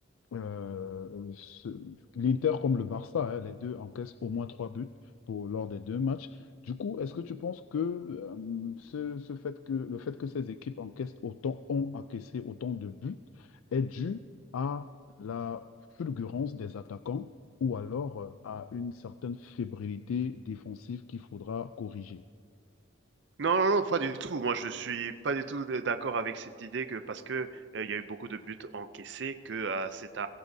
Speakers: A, on the left; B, on the right.
A: euh, ce- l'Inter comme le Barça, hein, les deux encaissent au moins trois buts pour, lors des deux matchs. Du coup, est-ce que tu penses que, euh, ce, ce fait que le fait que ces équipes encaissent autant, ont encaissé autant de buts est dû à la fulgurance des attaquants ou alors euh, à une certaine fébrilité défensive qu'il faudra corriger?
B: Non, non, non, pas du tout. Moi, je suis pas du tout d- d'accord avec cette idée que parce que euh, il y a eu beaucoup de buts encaissés, que euh, c'est un,